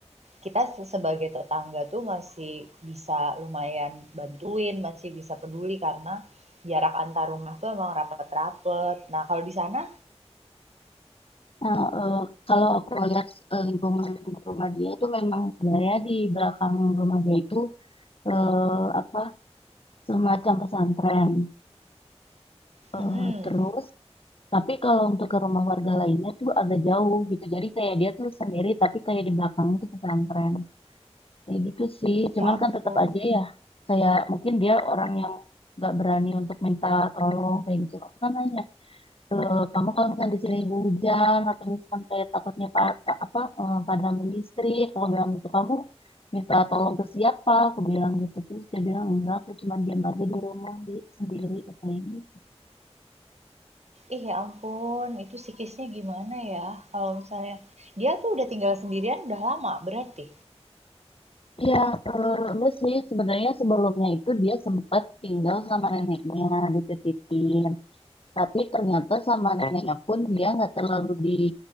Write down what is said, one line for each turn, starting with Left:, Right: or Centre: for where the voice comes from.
Right: kita sebagai tetangga tuh masih bisa lumayan bantuin, masih bisa peduli karena jarak antar rumah tuh emang rapet-rapet. Nah kalau di sana,
Left: Nah, eh, kalau aku lihat eh, lingkungan rumah dia tuh memang sebenarnya di belakang rumah dia itu eh, apa semacam pesantren. Eh,
Right: mm-mm.
Left: terus Tapi kalau untuk ke rumah warga lainnya tuh agak jauh gitu. Jadi kayak dia tuh sendiri, tapi kayak di belakangnya tuh pesantren. Kayak gitu sih. Cuman
Right: ya ampun.
Left: kan tetap aja ya. Saya mungkin dia orang yang nggak berani untuk minta tolong kayak gitu. Aku kan nanya, "E, kamu kalau misalnya di sini hujan atau misalkan kayak takutnya pa- pa- apa eh, padam listrik, kalau bilang gitu kamu minta tolong ke siapa? Aku bilang gitu terus dia bilang enggak, aku cuma diam aja di rumah di sendiri katanya.
Right: Ih, ya ampun, itu psikisnya gimana ya? Kalau misalnya dia tuh udah tinggal sendirian udah lama berarti.
Left: Iya, eh, enggak sih. Sebenarnya sebelumnya itu dia sempat tinggal sama neneknya, dititipin. Tapi ternyata sama neneknya pun dia nggak terlalu di